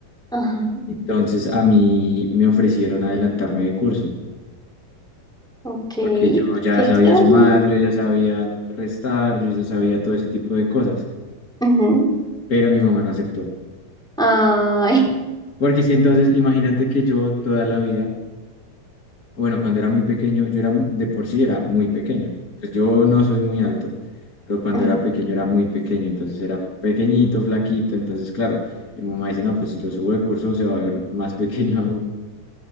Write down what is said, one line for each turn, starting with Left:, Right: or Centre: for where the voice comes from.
Centre: Ajá.
Left: Entonces a mí me ofrecieron adelantarme de curso,
Centre: Ok.
Left: porque yo ya
Centre: Qué
Left: sabía
Centre: chévere.
Left: sumar, yo ya sabía restar, yo ya sabía todo ese tipo de cosas,
Centre: Ujú.
Left: pero mi mamá no aceptó.
Centre: Ay.
Left: Porque es que entonces imagínate que yo toda la vida, bueno, cuando era muy pequeño, yo era mu- de por sí era muy pequeño, pues yo no soy muy alto, pero cuando
Centre: <laughs>
Left: era pequeño era muy pequeño, entonces era pequeñito, flaquito, entonces claro, mi mamá dice, no, pues si lo subo de curso se va a ver más <laughs> pequeño aún.